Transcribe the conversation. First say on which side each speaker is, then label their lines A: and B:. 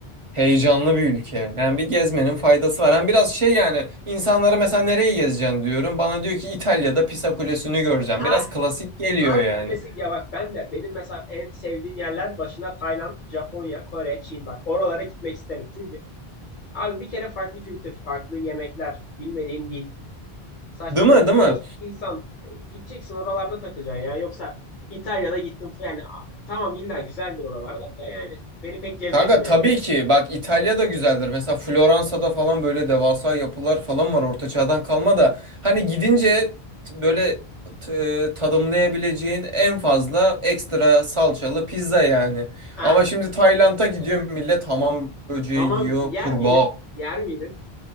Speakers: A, on the right (about 30°); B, on the left (about 50°).
A: heyecanlı bir ülke. Yani bir gezmenin faydası var. Hem biraz şey yani insanlara mesela nereyi gezeceksin diyorum. Bana diyor ki İtalya'da Pisa Kulesi'ni göreceğim.
B: ha
A: Biraz klasik geliyor
B: abi
A: yani.
B: klasik ya bak ben de benim mesela en sevdiğim yerler başına Tayland, Japonya, Kore, Çin bak oralara gitmek isterim. Çünkü abi bir kere farklı kültür, farklı yemekler, bilmediğin dil. Saçma
A: Değil mi?
B: yani
A: Değil mi?
B: değişik insan E, gideceksin oralarda takılacaksın ya. Yoksa İtalya'da gittim yani tamam illa güzeldir oralarda da yani beni pek cezbetmiyor
A: Kanka tabii
B: yani.
A: ki bak İtalya da güzeldir. Mesela Floransa'da falan böyle devasa yapılar falan var orta çağdan kalma da hani gidince t- böyle t- e, tadımlayabileceğin en fazla ekstra salçalı pizza yani.
B: Ah,
A: Ama şimdi Tayland'a gidiyor millet hamam böceği
B: hamam
A: yiyor,
B: yer
A: kurbağa.
B: miydin? Yer miydin?